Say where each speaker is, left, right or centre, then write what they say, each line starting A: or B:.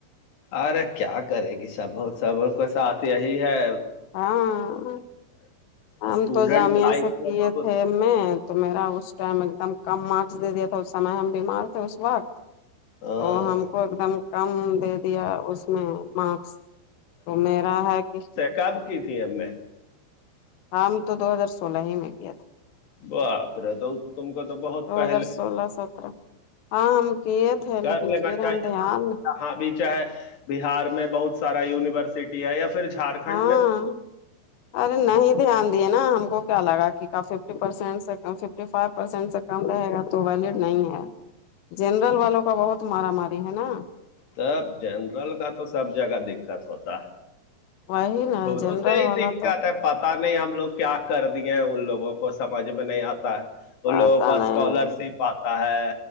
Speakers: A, on the left (about 60°); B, on the left (about 85°).
A: ارے کیا کرے گی سب سب کو ساتھ یہی ہے
B: ہاں ہم
A: اسٹوڈنٹ
B: تو جامع
A: لائف
B: سے
A: میں
B: کیے
A: بہت
B: تھے میں تو میرا اس ٹائم ایک دم کم مارکس دے دیا تھا اس سمے ہم بیمار تھے اس وقت
A: ہاں
B: تو ہم کو ایک دم کم دے دیا اس میں مارکس تو میرا ہے کہ
A: کب کی تھی اب میں
B: ہم تو دو ہزار سولہ ہی میں کیا تھا
A: باپ رے تو تم کو تو بہت
B: دو
A: پہلے
B: ہزار سولہ سترہ ہاں ہم کیے تھے
A: کر
B: لیکن
A: لینا
B: پھر
A: چاہیے
B: ہم دھیان
A: بھی چاہ ہے بہار میں بہت سارا یونیورسٹی ہے یا پھر جھارکھنڈ
B: ہاں
A: میں
B: ارے نہیں دھیان دے نا ہم کو کیا لگا کہ کا ففٹی پرسینٹ سے فف فو پرسینٹ سے کم رہے گا تو ویلڈ نہیں ہے جنرل والوں کا بہت مارا ماری ہے نا
A: تب جنرل کا تو سب جگہ دقت ہوتا ہے
B: وہی نا
A: تھورو
B: جنرل
A: سےا ہی
B: والا
A: دیکھ
B: تو
A: کے آتا ہے پتا نہیں ہم لوگ کیا کر دیے ہیں ان لوگوں کو سمجھ میں نہیں آتا ہے ان
B: پتا
A: لوگوں کو اسکالر
B: نہیں
A: شپ آتا ہے